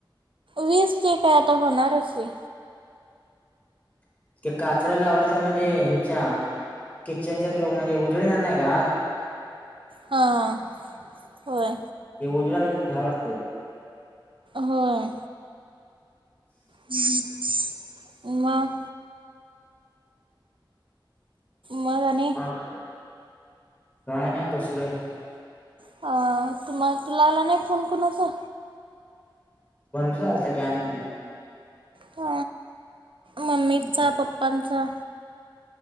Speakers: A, on the right; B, on the left.
A: वीज ते काय आता होणारच की.
B: ते काचेला लावलं तर म्हणजे ह्याच्या किचनच्या तर म्हणजे उजेड येनारं नाही का आत
A: हां होय
B: ते उजेड आलं तर भिती वाटते.
A: होय <unintelligible> मग. मग आणि
B: मग काय नाही बसलोय.
A: <unintelligible> तुम्हाला तुला आला नाही फोन कोणाचा.
B: <unintelligible>
A: ह. मम्मीचा
B: आहे?
A: पप्पांचा.